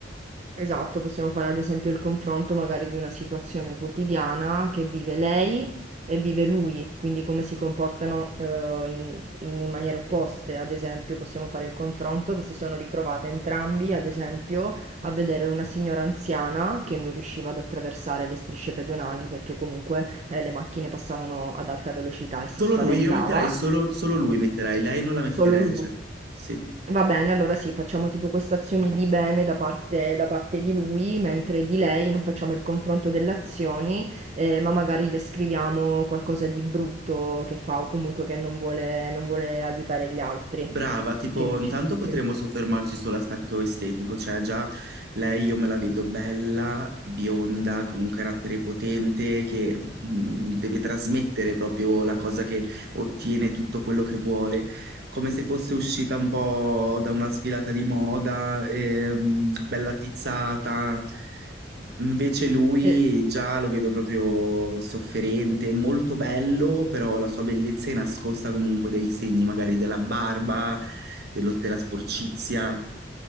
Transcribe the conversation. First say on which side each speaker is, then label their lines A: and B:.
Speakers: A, on the right; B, on the right.
A: Esatto, possiamo fare ad esempio il confronto magari di una situazione quotidiana che vive lei e vive lui, quindi come si comportano eh, in, in maniere opposte. Ad esempio, possiamo fare il confronto che si sono ritrovate entrambi, ad esempio, a vedere una signora anziana che non riusciva ad attraversare le strisce pedonali perché comunque eh, le macchine passavano ad alta velocità e si
B: Solo
A: spaventava,
B: lui, io metterei solo, solo lui, metterei, lei non la metterei,
A: solo lui.
B: cioè, sì.
A: Va bene, allora sì, facciamo tipo queste azioni di bene da parte, da parte di lui, mentre di lei non facciamo il confronto delle azioni, eh, ma magari descriviamo qualcosa di brutto che fa o comunque che non vuole, non vuole aiutare gli altri.
B: Brava, tipo,
A: Che dici?
B: intanto potremmo
A: Sì.
B: soffermarci sull'aspetto estetico, cioè già lei io me la vedo bella, bionda, con un carattere potente che mh, deve trasmettere proprio la cosa che ottiene tutto quello che vuole, come se fosse uscita un po' da una sfilata di moda, ehm, bella tizzata. Invece lui
A: Eh,
B: già lo vedo proprio sofferente, molto bello, però la sua bellezza è nascosta comunque dai segni magari della barba, dello- della sporcizia.